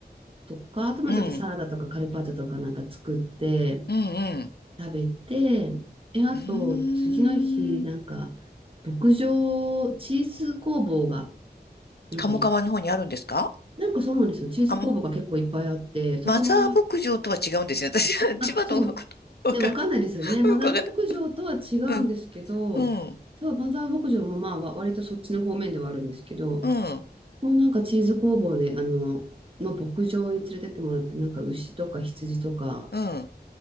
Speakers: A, on the right; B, on the left.
A: とか、あとまあちょっとサラダとかカルパッチョとかなんか作って
B: うん。うん。うん。
A: 食べて、え、あと次の日なんか牧場、
B: うーん
A: チーズ工房がなんかい
B: 鴨川の方にあるんですか
A: なんかそうなんですよ。チーズ工房が結構いっぱいあって、
B: あ、ま、
A: そこの
B: マザー牧場とは違うんですよ。私は千葉の方のことわかんない
A: あ、そう。ね、わかんないですよね。マザー牧場とは違うんですけど、
B: よくわかった。うん。うん。
A: そう、マザー牧場もまあ、わ割とそっちの方面ではあるんですけど、
B: うん。
A: もうなんかチーズ工房で、あの、の牧場に連れてってもらって、なんか牛とか羊とか
B: うん。